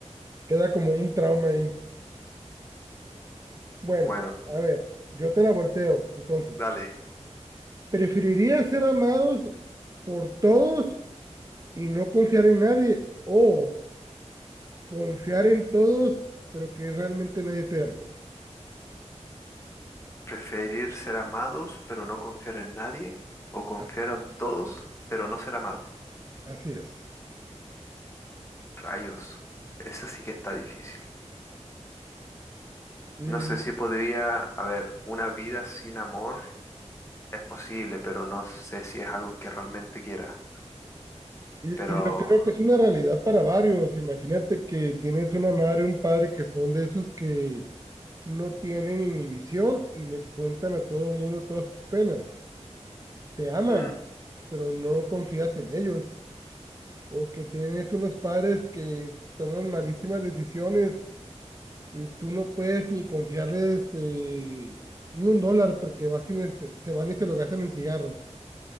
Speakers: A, on the right; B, on the left.
A: Queda como un trauma ahí. Bueno,
B: Bueno,
A: a ver, yo te la volteo. Entonces,
B: dale,
A: ¿preferirías ser amados por todos y no confiar en nadie o... confiar en todos, pero que realmente nadie te haga.
B: preferir ser amados pero no confiar en nadie o confiar
A: Así,
B: en todos pero no ser amado.
A: así es.
B: Rayos, esa sí que está difícil.
A: Mm,
B: No sé si podría, a ver, una vida sin amor es posible, pero no sé si es algo que realmente quiera.
A: y,
B: Pero,
A: y yo creo que es una realidad para varios. Imagínate que tienes una madre, un padre que son de esos que no tienen inhibición y le cuentan a todo el mundo todas sus penas. Te aman,
B: mm,
A: pero no confías en ellos. O que tienes unos padres que toman malísimas decisiones y tú no puedes ni confiarles eh, ni un dólar porque vas y les- se, se van y se lo gastan en cigarros,